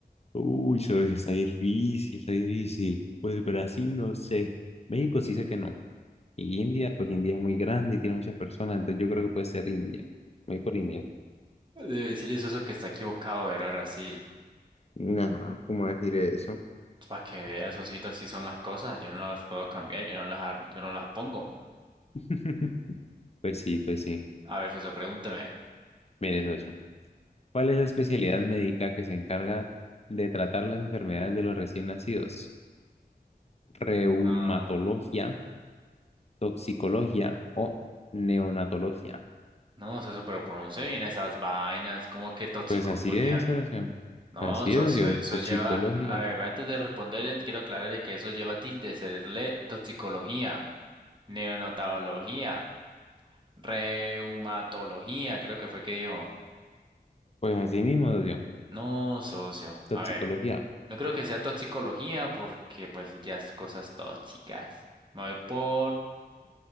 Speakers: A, on the left (about 40°); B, on the right (about 25°).
A: Uy, eso sí está difícil, está difícil. Pues Brasil, no sé. México sí sé que no. Y India, pues India es muy grande y tiene muchas personas, entonces yo creo que puede ser India. Me Voy por India.
B: Debe decirle, socio, que está equivocado, era Brasil.
A: No, ¿cómo decir eso?
B: Para que vea, socito, así son las cosas. Yo no las puedo cambiar, yo no las, ar- yo no las pongo.
A: <laughs> Pues sí, pues sí.
B: A ver, socio, pregúnteme.
A: Mire eso, eso. ¿Cuál es la especialidad médica que se encarga de tratar las enfermedades de los recién nacidos? ¿Reumatología,
B: Ah,
A: toxicología o neonatología?
B: no, socio, pero pronuncie bien esas vainas, como que toxicología.
A: Pues así es, socio.
B: No,
A: Así
B: socio,
A: es, socio.
B: eso
A: Toxicología.
B: lleva, a ver, antes de responderle, quiero aclararle que eso lleva tilde, serle toxicología, neonatología, reumatología, creo que fue que dijo.
A: Pues así mismo, socio.
B: No, socio,
A: Toxicología.
B: a ver, no creo que sea toxicología porque pues ya es cosas tóxicas. Me voy por